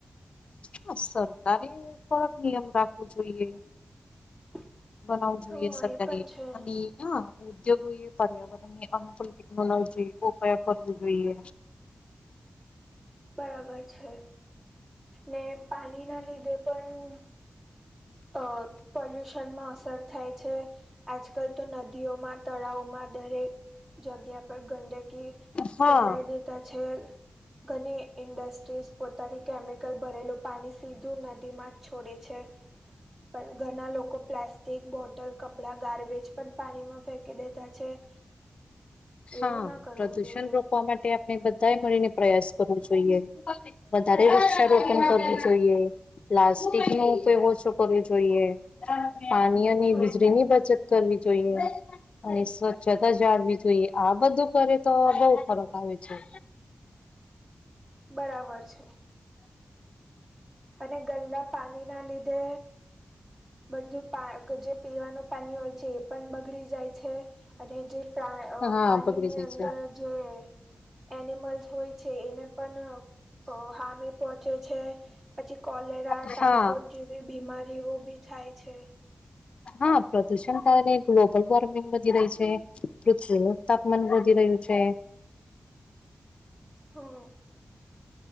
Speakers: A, on the left; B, on the right.
A: હ સરકારે કક નિયમ રાખવો જોઈએ
B: <unintelligible>
A: બનાવવું જોઈએ
B: હા
A: સરકારે
B: એ પણ છે
A: અને હા, ઉદ્યોગો એ પર્યાવરણ અનુકૂ ટેકનોલોજી ઉપયોગ કરવો જોઈએ.
B: બરાબર છે. ને પાણી ના લીધે પણ અ પલ્યુશનમાં અસર. થાય છે. આજકાલ તો નદીઓમાં, તળાવમાં દરેક જગ્યા પર ગંદકી
A: હા
B: ફેલાય દેતા છે. ઘણી ઇન્ડસ્ટ્રીઝ પોતાની કેમિકલ ભરેલું પાણી સીધું નદીમાં જ છોડે છે. પણ ઘણા લોકો પ્લાસ્ટિક, બોટલ, કપડા, ગાર્બેજ પણ પાણીમાં ફેંકી દેતા છે. <unintelligible> એવું
A: હા,
B: ના કરવું
A: પ્રદુષણ
B: જોઈએ
A: રોકવા માટે મે બધા મળીને પ્રયાસ કરવો જોઈએ વધારે વૃક્ષારોપણ
B: હ
A: કરવું જોઈએ. પ્લાસ્ટિક નો ઉપયોગ ઓછો કરવો જોઈએ. પાણી અને
B: હ
A: વીજળી ની બચત કરવી જોઈએ. અને સ્વચ્છતા જાળવી જોઈએ. આ બધું કરે તો બહુ ફરક આવે છે.
B: બરાબર છે. અને ગંદા પાણી ના લીધે બધું પાણી જે પીવાનું પાણી હોય છે, એ પણ બગડી જાય છે, અને જે
A: હા
B: પાણીની
A: બગડી
B: અંદર
A: જાય
B: જે એનિમલ્સ હોય છે, એને પણ હામી પહોચે છે. છે. પછી કોલેરા
A: છે
B: ટાઈફોઈડ
A: હા
B: જેવી બીમારીઓ બી થાય છે.
A: હા, પ્રદુષણ કારણે ગ્લોબલ વોર્મિંગ વધી રહી છે પૃથ્વીનું તાપમાન વધી રહ્યું છે.
B: હા.